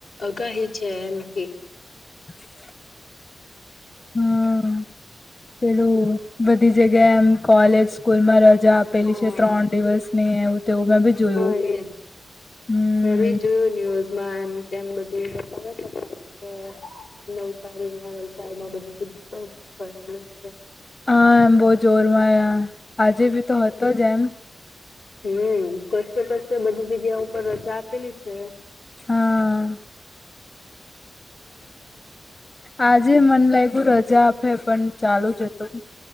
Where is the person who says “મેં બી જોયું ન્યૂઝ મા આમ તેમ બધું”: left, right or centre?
Left